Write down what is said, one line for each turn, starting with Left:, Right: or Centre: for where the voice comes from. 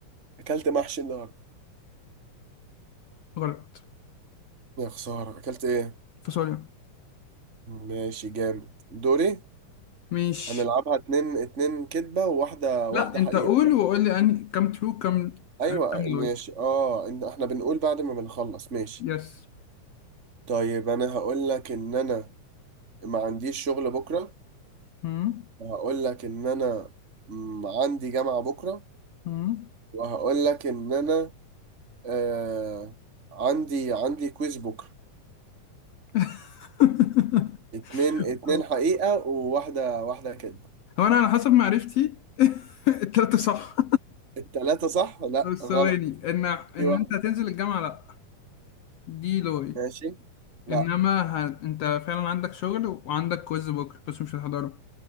Right: اكلت محشي النهارده
Left: غلط
Right: يا خسارة اكلت ايه
Left: فاصوليا
Right: ماشي جامد دوري
Left: مش
Right: هنلعبها اتنين اتنين كدبة وواحدة
Left: لا
Right: واحدة
Left: انت
Right: حقيقة
Left: قول
Right: صح
Left: وقول لي أنهي كام ترو كام
Right: ايوه
Left: كام
Right: ماشي
Left: لاي
Right: اه ان احنا بنقول بعد ما بنخلص ماشي
Left: يس
Right: طيب انا هقول لك ان انا ما عنديش شغل بكرة
Left: امم
Right: وهقول لك ان انا م- عندي جامعة بكرة
Left: امم
Right: وهقول لك ان انا آه عندي عندي كويز بكرة
Left: <laughs>
Right: اتنين اتنين
Left: هو
Right: حقيقة وواحدة واحدة كدبة
Left: هو انا على حسب معرفتي <laughs> التلاتة صح
Right: التلاتة صح لا
Left: بس
Right: غلط
Left: ثواني ان ان
Right: في واحدة
Left: انت هتنزل الجامعة لا دي لاي
Right: ماشي لا
Left: انما ه... انت فعلا عندك شغل وعندك كويز بكره بس مش هتحضره